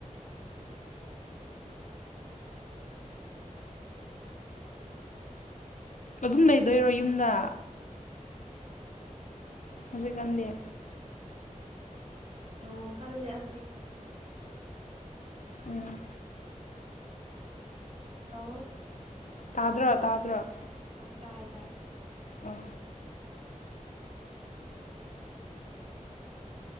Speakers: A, on the left; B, on the right.
A: ꯑꯗꯨꯝ ꯂꯩꯗꯣꯏꯔꯣ ꯌꯨꯝꯗ꯫ ꯍꯧꯖꯤꯛꯀꯥꯟꯗꯤ꯫
B: ꯅꯣꯡ ꯀꯜꯂꯦ ꯍꯧꯖꯤꯛꯇꯤ꯫
A: ꯎꯝ꯫
B: <unintelligible>
A: ꯇꯥꯗ꯭ꯔꯣ ꯇꯥꯗ꯭ꯔꯣ꯫
B: ꯑꯣ ꯇꯥꯏꯌꯦ ꯇꯥꯏꯌꯦ꯫
A: ꯑꯣ